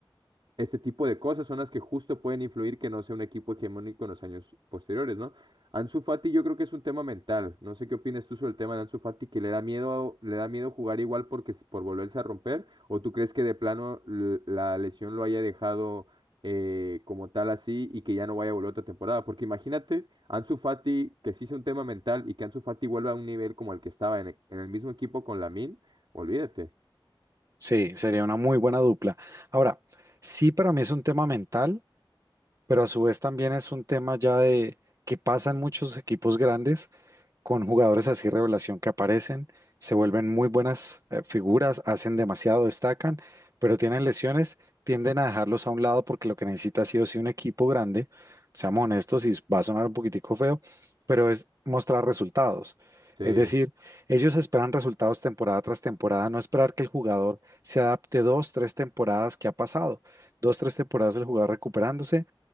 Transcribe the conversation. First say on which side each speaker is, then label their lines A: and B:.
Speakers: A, on the right; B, on the right.
A: este tipo de cosas son las que justo pueden influir que no sea un equipo hegemónico en los años posteriores, ¿no? Ansu Fati yo creo que es un tema mental. No sé qué opinas tú sobre el tema de Ansu Fati, que le da miedo, le da miedo jugar igual porque s- por volverse a romper, o tú crees que de plano l- la lesión lo haya dejado eh, como tal así y que ya no vaya a volver otra temporada. Porque imagínate, Ansu Fati, que sí sea un tema mental y que Ansu Fati vuelva a un nivel como el que estaba en, e- en el mismo equipo con Lamin, olvídate.
B: Sí, sería una muy buena dupla. Ahora, sí, para mí es un tema mental. pero a su vez también es un tema ya de que pasan muchos equipos grandes con jugadores así revelación que aparecen, se vuelven muy buenas eh, figuras, hacen demasiado, destacan, pero tienen lesiones, tienden a dejarlos a un lado porque lo que necesita sí o sí un equipo grande, seamos honestos y va a sonar un poquitico feo, pero es mostrar resultados.
A: Sí,
B: Es decir, ellos esperan resultados temporada tras temporada, no esperar que el jugador se adapte dos, tres temporadas que ha pasado, dos, tres temporadas del jugador recuperándose